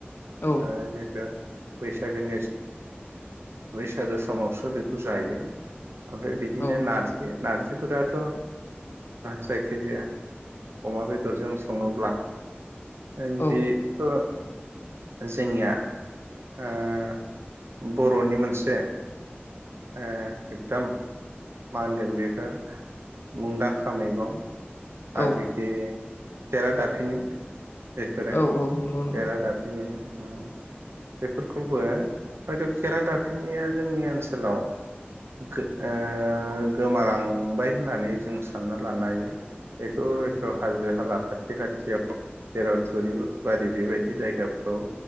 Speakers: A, on the left; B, on the right.
A: औ
B: ओ जिहेतु बैसागोनिस बैसागो समावसो बेखौ जायो। ओमफाय बिदिनो
A: औ
B: नारजि नारजिफोराथ ओ जायखिजाया अमा बेदरजों स सङोब्ला ओम
A: औ
B: बे जोंनिया ओ बर'नि मोनसे ओ एकदम मा होनगोन बेखौ मुंदांखा मैगं
A: औ
B: आलबिखि तेरा दाफिनि बेफोरो।
A: औ औ नंगौ नंगौ
B: तेरा दाफिन। ओम बेफोरखौबो हयथ खेरा दाफिनाया जोंनि ओनसोलाव गो ओ गोमालांबाय होननानै जों सानना लानो हायो बेखौ हयथ हाजो हाला खाथि खाथियाव जेराव थुरि बारि बेबायदि जायगाफ्राव